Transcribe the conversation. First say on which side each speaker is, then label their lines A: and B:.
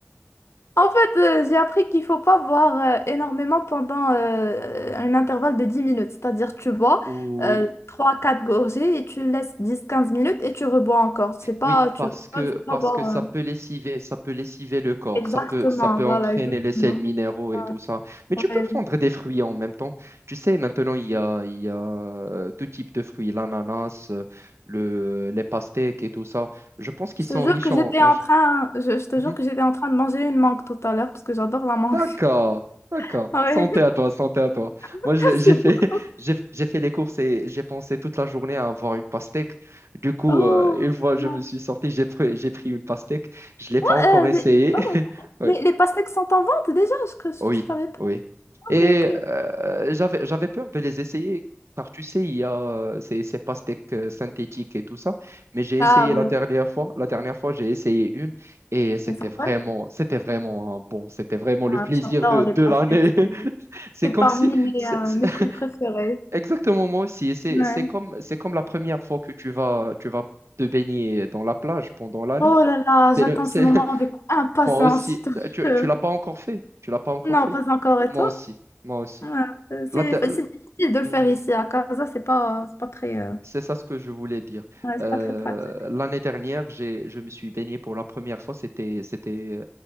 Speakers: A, on the left; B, on the right.
A: En fait, euh, j'ai appris qu'il faut pas boire euh, énormément pendant euh, un intervalle de dix minutes. C'est-à-dire, tu bois
B: Oui.
A: euh, trois quatre gorgées et tu laisses dix quinze minutes et tu rebois encore. C'est pas,
B: Oui,
A: tu...
B: parce
A: ouais,
B: que,
A: c'est pas
B: parce
A: boire.
B: que ça
A: euh,
B: peut lessiver, ça peut lessiver le corps,
A: Exactement,
B: ça peut, ça peut
A: voilà,
B: entraîner
A: exactement.
B: les sels minéraux et
A: Ouais,
B: tout ça. Mais tu
A: ouais.
B: peux prendre des fruits en même temps. Tu sais, maintenant, il y a, il y a euh, tout type de fruits, l'ananas, euh, le, les pastèques et tout ça. Je pense qu'ils
A: Je
B: sont
A: te jure
B: riches
A: que
B: en...
A: j'étais
B: en...
A: en train, je, je te
B: Mhm.
A: jure que j'étais en train de manger une mangue tout à l'heure parce que j'adore la mangue.
B: D'accord,
A: <laughs>
B: d'accord.
A: Ouais,
B: Santé à toi, santé à toi.
A: <laughs>
B: Moi, j'ai j'ai
A: merci
B: fait,
A: beaucoup.
B: <laughs> j'ai j'ai fait les courses et j'ai pensé toute la journée à avoir une pastèque. Du coup,
A: Oh,
B: euh, une fois je
A: ouais.
B: me suis sorti, j'ai pris, j'ai pris une pastèque. Je ne l'ai pas
A: Oh,
B: encore
A: euh,
B: essayé.
A: les, oh,
B: <laughs> Oui,
A: les, les pastèques sont en vente déjà, je, que je
B: oui,
A: savais pas.
B: oui. Et
A: Ok, ok.
B: euh, j'avais, j'avais peur de les essayer car tu sais, il y a euh, ces, ces pastèques euh, synthétiques et tout ça. Mais j'ai
A: Ah
B: essayé
A: ouais,
B: la dernière fois. La dernière fois, j'ai essayé une. Et c'était
A: elles sont
B: vraiment,
A: bonnes.
B: c'était vraiment hein, bon, c'était vraiment
A: Ah,
B: le plaisir
A: j'adore
B: de,
A: les
B: de
A: pastèques,
B: l'année. <laughs>
A: c'est
B: C'est
A: c'est
B: comme
A: parmi
B: si,
A: mes,
B: c'est-
A: euh,
B: c'est-
A: mes
B: <laughs>
A: fruits préférés.
B: exactement moi aussi, c'est
A: Ouais.
B: c'est comme, c'est comme la première fois que tu vas, tu vas te baigner dans la plage pendant l'année.
A: Oh là là,
B: C'est
A: j'attends
B: le, c'est,
A: ce moment
B: <laughs>
A: avec impatience,
B: moi aussi,
A: je te
B: tu,
A: jure.
B: tu l'as pas encore fait, tu l'as pas encore
A: Non,
B: fait.
A: pas encore, et
B: Moi
A: toi?
B: aussi, moi aussi.
A: Ouais, euh,
B: La
A: c'est
B: de-
A: c'est difficile de le
B: Mhm.
A: faire ici à Casa, c'est pas, c'est pas très. euh,
B: C'est ça ce que je voulais dire.
A: Ouais, c'est
B: Euh,
A: pas très pratique.
B: l'année dernière, j'ai, je me suis baigné pour la première fois, c'était, c'était